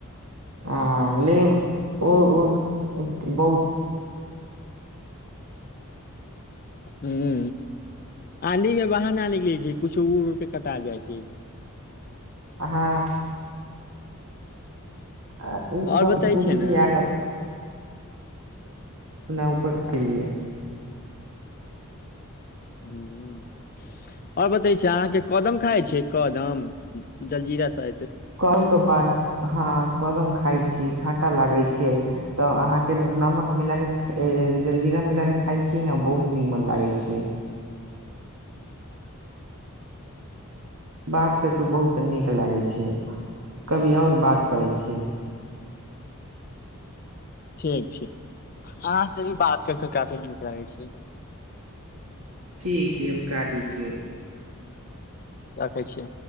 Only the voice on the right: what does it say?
हँ लेकिन ओ ओ बहुत
हँ आ उ
सभ
कुछ
भी आयब अनापर फलिए
करब दु बार हँ कदम खाइ छी ख टा लागेय छै त आहाक के नमक मिला के जलजीरा मिल के खााय छीयै न बहुत नीमन लागै छै बात करि कऽ बहुत नीक लागै छै कभी आओर बात करै छियै
ठीक छै हम काटै छियै